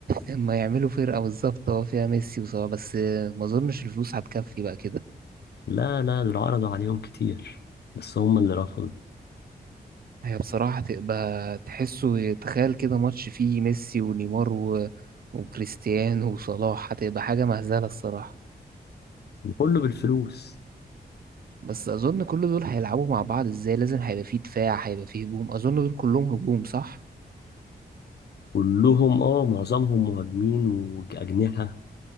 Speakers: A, on the right; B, on the left.
A: اما يعملوا فرقة بالظبط اه فيها ميسي وصلاح بس ما اظنش الفلوس هتكفي بقى كده
B: لا لا دول عرضوا عليهم كتير بس هم اللي رفضوا
A: هي بصراحة تبقى تحسه تخيل كده ماتش فيه ميسي ونيمار و... وكريستيانو وصلاح هتبقى حاجة مهزلة الصراحة
B: وكله بالفلوس
A: بس أظن كل دول هيلعبوا مع بعض ازاي لازم هيبقى فيه دفاع هيبقى فيه هجوم أظن دول كلهم هجوم صح؟
B: كلهم اه معظمهم مهاجمين وأجنحة